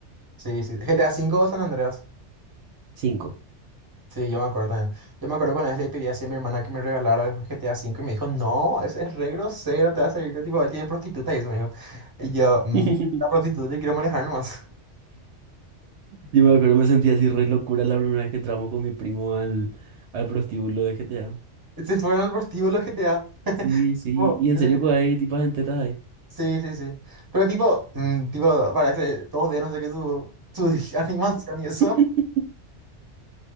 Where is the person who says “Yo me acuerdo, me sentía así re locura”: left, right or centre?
Right